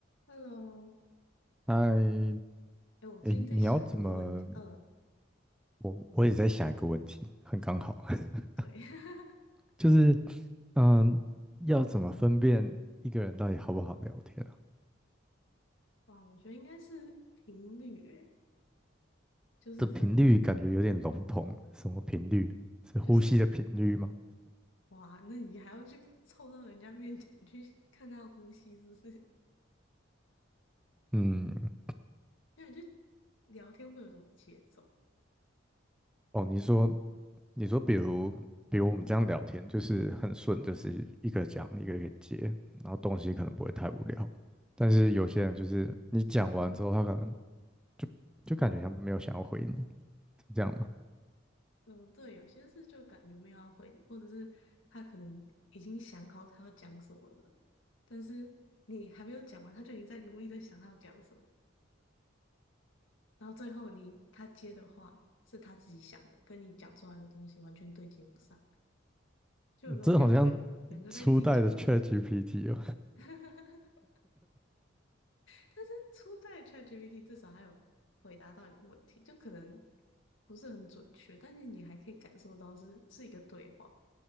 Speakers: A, on the left; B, in the centre.
A: Hello，
B: 嗨
A: 哎，我最近在想一个问题，
B: 诶，你要怎么？
A: 嗯，
B: 我我也在想一个问题，很刚好，<laughs>
A: 对，<laughs>
B: 就是嗯，要怎么分辨一个人到底好不好聊天啊？
A: 哇，我觉得应该是频率，哎，就是可能
B: 这频率感觉有点笼统，什么频率？是呼吸的频率吗？
A: 就是哇，那你还要去凑到人家面前去看他的呼吸，是不是？
B: 嗯，
A: <laughs> 因为就聊天会有一种节奏，
B: 哦，你说你说，比如比如我们这样聊天，就是很顺，就是一个讲一个给接，然后东西可能不会太无聊，但是有些人就是你讲完之后，他可能就就感觉像没有想要回你，是这样吗？
A: 嗯，对，有些事就感觉没有要回你，或者是他可能已经想好他要讲什么了，但是你还没有讲完，他就已经在努力的想他要讲什么。然后最后你他接的话是他自己想的，跟你讲出来的东西完全对接不上，就有那种两个两个在自己讲自己。
B: 这好像初代的 ChatGPT
A: <laughs> 但是初代的 ChatGPT 至少还有回答到你的问题，就可能不是很准确，但是你还可以感受到是是一个对话。